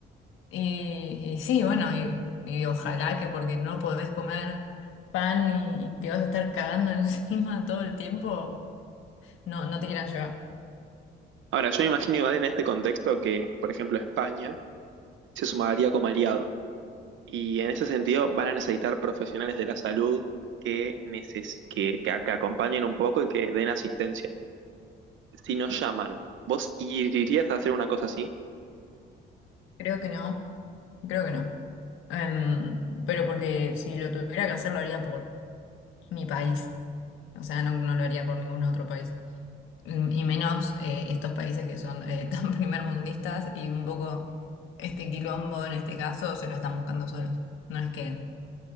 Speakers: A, on the left (about 85°); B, on the right (about 75°).
A: y, y sí, bueno, y, y ojalá que porque no podés comer pan y, y te vas a estar cagando <laughs> encima todo el tiempo, no, no te quieran llevar.
B: Ahora, yo me imagino igual en este contexto que, por ejemplo, España se sumaría como aliado. Y en ese sentido van a necesitar profesionales de la salud que, neces- que, que, que acompañen un poco y que den asistencia. Si nos llaman, ¿vos irías a hacer una cosa así?
A: Creo que no, creo que no. Em, pero porque si lo tuviera que hacer, lo haría por mi país. O sea, no, no lo haría por ningún otro país. Mm, Y menos eh, estos países que son eh, <laughs> tan primermundistas y un poco este quilombo en este caso se lo están buscando solos. No es que,